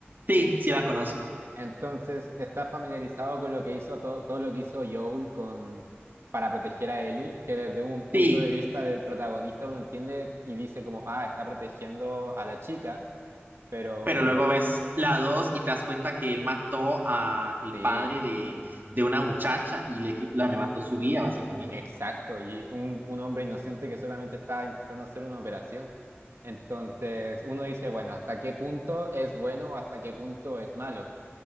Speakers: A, on the right; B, on the right.
A: Sí, sí la conozco.
B: Entonces, ¿estás familiarizado con lo que hizo todo, todo lo que hizo Joel con para proteger a Ellie? Que desde un punto
A: Sí,
B: de vista del protagonista uno entiende y dice como, ah, está protegiendo a la chica, pero
A: pero luego
B: n-
A: ves la 2 y te das cuenta que él mató a el
B: sí,
A: padre de, de una muchacha y le, qui- le arrebató su vida, básicamente.
B: exacto, y un, un hombre inocente que solamente está intentando hacer una operación. Entonces, uno dice, bueno, ¿hasta qué punto es bueno o hasta qué punto es malo?